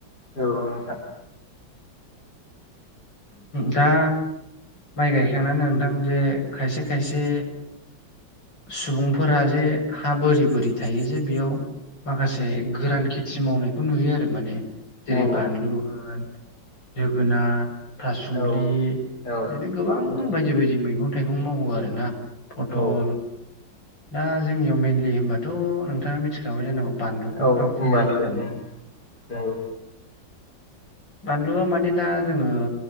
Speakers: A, on the left (about 55°); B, on the left (about 70°).
A: औ नोंगौ नोंथां
B: दा माइ गायखांनानै नोंथां जे खायसे खायसे सुबुंफोरा जे हा बोरि बोरि थायो जे बेयाव माखासे गोरान खेथि मावनायखौ नुयो आरो माने जेरै
A: औ
B: बानलु होन जोगोनार, थासुमलि
A: औ औ
B: बिदिनो गोबां
A: नोंथां
B: बायदि बायदि मैगं थाइगं मावो आरोना पथल
A: औ
B: दा जोंनियाव मेेनलि होनबाथ' नोंथाङा मिथिखाबाय जेनांगौ बानलुखौनो
A: औ
B: बांसिन
A: बानलु
B: गायो होननानै
A: नंगौ
B: औ बानलुआ माने दा जोङो